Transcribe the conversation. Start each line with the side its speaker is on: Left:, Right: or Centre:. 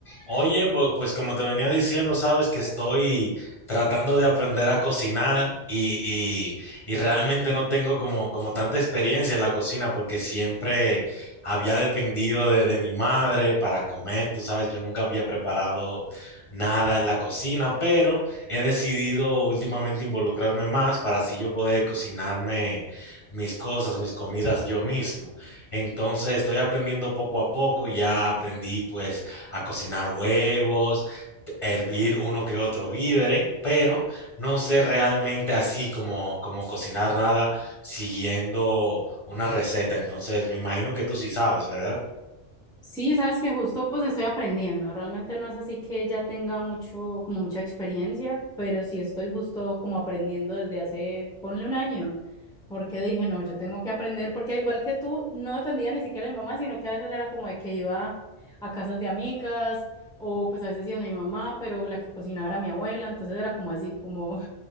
Left: Oye, po- pues como te venía diciendo, sabes que estoy tratando de aprender a cocinar y, y- y realmente no tengo como, como tanta experiencia en la cocina porque siempre había dependido de, de mi madre para comer, tú sabes, yo nunca había preparado nada en la cocina, pero he decidido últimamente involucrarme más para así yo poder cocinarme mis cosas, mis comidas yo mismo. Entonces estoy aprendiendo poco a poco, ya aprendí pues a cocinar huevos, hervir uno que otro vídere, pero no sé realmente así como, como cocinar nada siguiendo una receta. Entonces, me imagino que tú sí sabes, ¿verdad?
Centre: Sí, sabes que justo pues estoy aprendiendo. Realmente no es así que ya tenga mucho, como mucha experiencia, pero sí estoy justo como aprendiendo desde hace, ponle un año, porque dije, no, yo tengo que aprender, porque al igual que tú, no defendía ni siquiera a mi mamá, sino que a veces era como de que iba a casas de amigas o pues a veces iba a mi mamá, pero la que cocinaba era mi abuela, entonces era como así, como